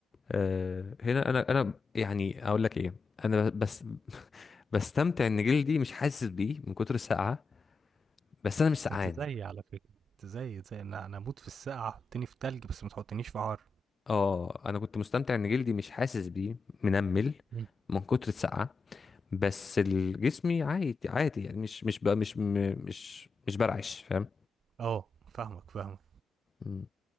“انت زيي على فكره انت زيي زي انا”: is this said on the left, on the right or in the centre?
Right